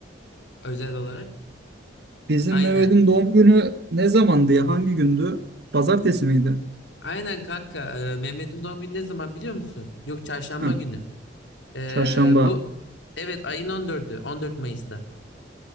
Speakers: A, on the left; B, on the right.
A: Özel olarak.
B: Bizim
A: Aynen.
B: Mehmet'in doğum günü ne zamandı ya? Hangi gündü? Pazartesi miydi?
A: Aynen kanka. Ee, Mehmet'in doğum günü ne zaman biliyor musun? Yok çarşamba
B: Ha,
A: günü. Ee,
B: çarşamba.
A: bu evet ayın on dördü, 14 Mayıs'ta.